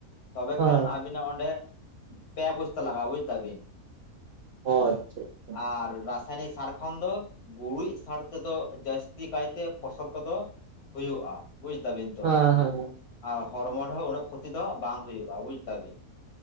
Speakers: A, on the left (about 85°); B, on the right (about 75°).
A: ᱛᱚᱵᱮ
B: ᱦᱮᱸ
A: ᱠᱷᱟᱱ ᱟᱹᱵᱤᱱᱟᱜ ᱚᱸᱰᱮ ᱯᱮ ᱵᱚᱥᱛᱟ ᱞᱟᱜᱟᱜᱼᱟ ᱵᱩᱡ ᱫᱟᱵᱤᱱ᱾
B: ᱚ ᱟᱪᱪᱷᱟ ᱟᱪᱪᱷᱟ᱾
A: ᱟᱨ ᱨᱟᱥᱟᱭᱱᱤᱠ ᱥᱟᱨ ᱠᱷᱚᱱ ᱫᱚ ᱜᱩᱨᱤᱡ ᱥᱟᱨ ᱛᱮᱫᱚ ᱡᱟᱹᱥᱛᱤ ᱠᱟᱭᱛᱮ ᱯᱷᱚᱥᱚᱞ ᱠᱚᱫᱚ ᱦᱩᱭᱩᱜᱼᱟ ᱵᱩᱡ ᱫᱟ ᱵᱤᱱ᱾
B: ᱦᱮᱸ ᱦᱮᱸ
A: ᱟᱨ ᱦᱚᱲᱢᱚ ᱨᱮᱦᱚᱸ ᱩᱱᱟᱹᱜ ᱠᱷᱚᱛᱤ ᱫᱚ ᱵᱟᱝ ᱦᱩᱭᱩᱜᱼᱟ ᱵᱩᱡᱽ ᱫᱟ ᱵᱤᱱ᱾